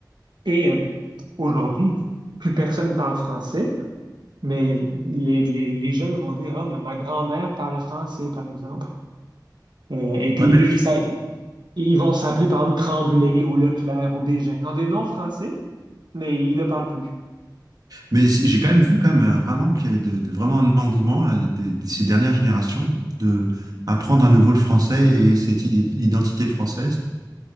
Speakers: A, on the right (about 75°); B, on the right (about 55°).
A: Et euh, aujourd'hui, plus personne parle français, mais les, les, les jeunes vont dire, ah, mais ma grand-mère parle français, par exemple. Euh, et puis
B: Ouais, mais,
A: eux, ils, sa- ils vont s'appeler, par exemple, Tremblay ou Leclerc ou Bégin. Ils ont des noms français, mais ils ne le parlent plus.
B: mais si- j'ai quand même vu quand même euh, vraiment qu'il y avait de, de- vraiment un engouement là, de, de ces dernières générations de apprendre à nouveau le français et cette id- identité française.